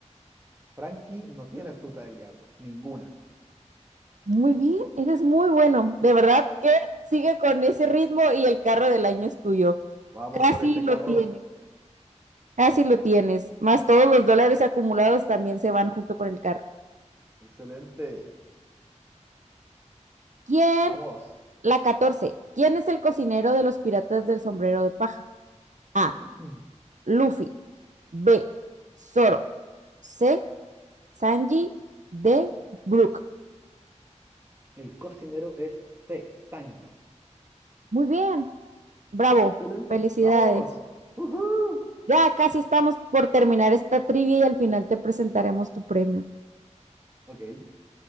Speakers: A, on the right; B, on the right.
A: <laughs> Frankie no tiene fruta del diablo, ninguna.
B: Muy bien, eres muy bueno. De verdad que sigue con ese ritmo y el carro del año es tuyo.
A: Vamos
B: Casi
A: por ese
B: lo
A: carro.
B: tienes. Así lo tienes. Más todos los dólares acumulados también se van junto con el carro.
A: Excelente.
B: ¿Quién?
A: Vamos.
B: La 14. ¿Quién es el cocinero de los piratas del sombrero de paja? A.
A: <clears throat>
B: Luffy. B. Zoro. C. Sanji. D. Brook.
A: El cocinero es C, Sanji.
B: Muy bien. Bravo.
A: Excelente.
B: Felicidades.
A: Vamos. ¡Woohoo!
B: Ya casi estamos por terminar esta trivia y al final te presentaremos tu premio.
A: Ok.